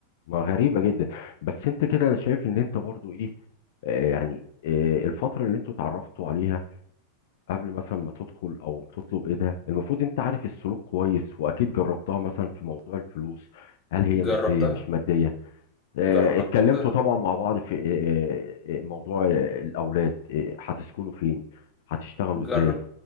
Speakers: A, on the left; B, on the left.
A: ما غريبة جدا بس انت كده انا شايف ان انت برضو ايه آه يعني آه الفترة اللي انتوا اتعرفتوا عليها قبل مثلا ما تدخل او تطلب ايه ده المفروض انت عارف السلوك كويس واكيد جربتها مثلا في موضوع الفلوس هل هي مادية
B: جربتها
A: مش مادية آه
B: جربتها
A: اتكلمتوا طبعا مع بعض في آه آه آه، موضوع آه، الاولاد آه هتسكنوا فين هتشتغلوا ازاي
B: جرب